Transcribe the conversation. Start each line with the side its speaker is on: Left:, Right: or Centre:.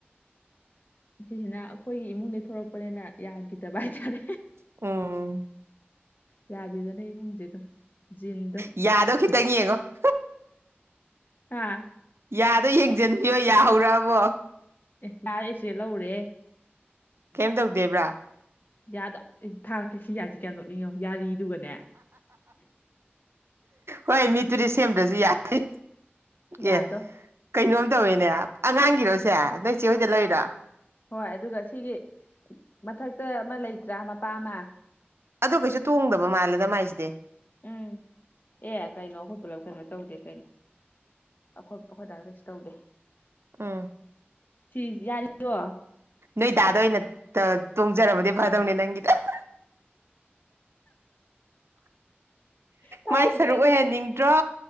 Left: ꯁꯤꯁꯤꯅ ꯑꯩꯈꯣꯏꯒꯤ ꯏꯃꯨꯡꯗꯒꯤ ꯊꯣꯛꯔꯛꯄꯅꯤꯅ ꯌꯥꯈꯤꯗꯕ ꯍꯥꯏꯇꯥꯔꯦ
Right: ꯎꯝ
Left: <inaudible> ꯌꯥꯗꯦꯗꯅ ꯏꯃꯨꯡꯁꯦ ꯑꯗꯨꯝ ꯖꯤꯟꯗꯣ
Right: ꯌꯥꯗꯣ ꯈꯤꯇꯪ ꯌꯦꯉꯣ <inaudible>
Left: ꯍꯥꯥ
Right: ꯌꯥꯗꯣꯏ ꯌꯦꯡꯖꯟꯕꯤꯌꯣ ꯌꯥꯍꯧꯔꯛꯕꯣ
Left: ꯑꯦ ꯂ ꯑꯩꯁꯦ ꯂꯧꯔꯦ
Right: ꯀꯩꯝ ꯇꯧꯗꯦꯕ꯭ꯔꯥ
Left: ꯌꯥꯗꯣ ꯑꯩ ꯊꯥꯔꯛꯀꯦ ꯁꯤ ꯌꯥꯁꯤ ꯀꯌꯥ ꯅꯣꯛꯅꯤꯡꯉꯣ ꯌꯥꯔꯤꯗꯨꯒꯅꯦ
Right: ꯍꯣꯏ ꯃꯤꯠꯇꯨꯗꯤ ꯁꯦꯝꯗ꯭ꯔꯁꯨ ꯌꯥꯏ
Left: ꯌꯥꯗꯣ
Right: ꯑꯦ ꯀꯩꯅꯣꯝ ꯇꯧꯋꯤꯅꯦ ꯑꯉꯥꯡꯒꯤꯔꯣꯁꯦ ꯅꯣꯏ ꯏꯆꯦ ꯍꯣꯏꯗ ꯂꯩꯣꯏꯔꯣ
Left: ꯍꯣꯏ ꯑꯗꯨꯒ ꯁꯤꯒꯤ ꯃꯊꯛꯇ ꯑꯃ ꯂꯩꯇ꯭ꯔꯥ ꯃꯄꯥ ꯑꯃ
Right: ꯑꯗꯨ ꯀꯩꯁꯨ ꯇꯣꯡꯗꯕ ꯃꯥꯜꯂꯦꯗ ꯃꯥꯏꯁꯤꯗꯤ
Left: ꯎꯝ ꯑꯦ ꯀꯩꯅꯣ ꯑꯩꯈꯣꯏ ꯄꯨꯂꯞ ꯀꯩꯅꯣ ꯇꯧꯗꯦ ꯀꯩꯅꯣ ꯈꯣꯏ ꯑꯩꯈꯣꯏ ꯇꯥꯔ ꯀꯩꯁꯨ ꯇꯧꯗꯦ
Right: ꯑꯥ
Left: ꯁꯤ ꯌꯥꯔꯤꯔꯣ
Right: ꯅꯣꯏ ꯇꯗꯥꯗ ꯑꯣꯏꯅ ꯇꯣꯡꯖꯔꯕꯗꯤ ꯐꯗꯧꯅꯦ ꯅꯪꯒꯤꯗ
Left: ꯇꯧꯍꯧꯗ꯭ꯔꯦ
Right: ꯃꯥꯏ ꯁꯔꯨꯛ
Left: ꯑꯗꯨꯁꯨ
Right: ꯑꯣꯏꯍꯟꯅꯤꯡꯗ꯭ꯔꯣ